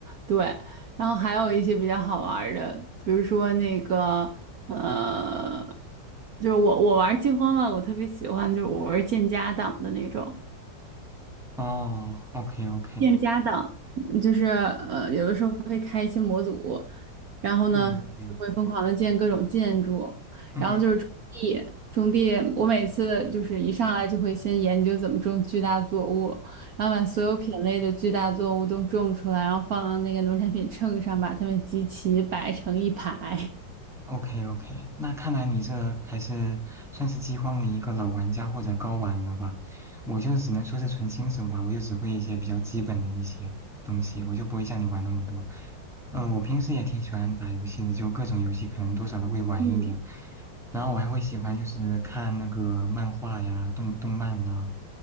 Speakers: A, on the right (about 60°); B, in the centre.
A: 对，然后还有一些比较好玩儿的，比如说那个呃，就是我我玩儿饥荒嘛，我特别喜欢，就是我玩儿建家党的那种。
B: 哦，OK OK，
A: 店家的，嗯就是呃，有的时候会开一些模组，然后呢就会疯狂的建各种建筑，
B: 嗯嗯嗯，
A: 然后就是种地，
B: 嗯，
A: 种地，我每次就是一上来就会先研究怎么种巨大作物，然后把所有品类的巨大作物都种出来，然后放到那个农产品秤上，把它们集齐摆成一排。
B: OK OK，那看来你这还是算是饥荒的一个老玩家或者高玩了吧？我就只能说是纯新手吧，我就只会一些比较基本的一些东西，我就不会像你玩那么多。嗯、我平时也挺喜欢打游戏的，就各种游戏可能多少都会玩一点。
A: 嗯
B: 然后我还会喜欢就是看那个漫画呀、动动漫呐、